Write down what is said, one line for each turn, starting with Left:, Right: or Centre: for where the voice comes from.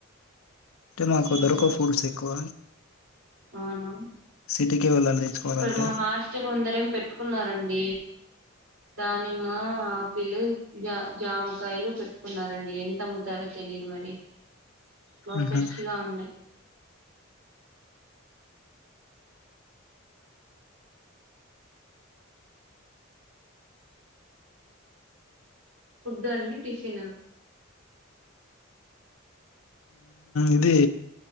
Left: అంటే మాకు
Right: ఉహు
Left: దొరకవ్ ఫుడ్స్ ఎక్కువ
Right: అవునా
Left: సిటీకే వెళ్ళాలి తెచ్చుకోవాలంటే
Right: ఇక్కడ మా హాస్టల్ ముందర ఏం పెట్టుకున్నారండి దానిమ్మ ఆపిల్ జా జామకాయలు పెట్టుకున్నారండి ఎంత అమ్ముతారో తెలియదు మరి బా
Left: ఉహు
Right: ఫ్రెష్గా ఉంటాయి ఫుడ్ అండి టిఫిన్
Left: ఇది